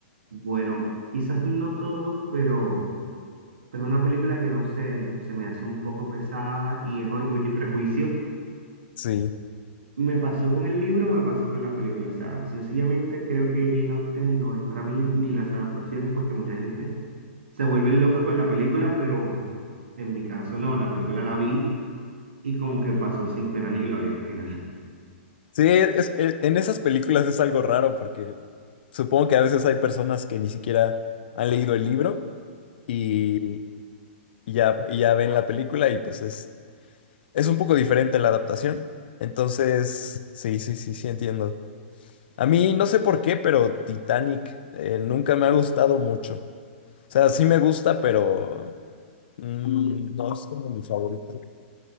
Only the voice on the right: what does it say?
Bueno, quizás no todos, pero, pero es una película que no sé, se me hace un poco pesada y es Orgullo y Prejuicio.
Me pasó con el libro, me pasó con la película. O sea, sencillamente creo que Jane Austen no es para mí ni las adaptaciones porque mucha gente se vuelve loca con la película, pero en mi caso no, la película la vi y como que pasó sin pena ni gloria al final.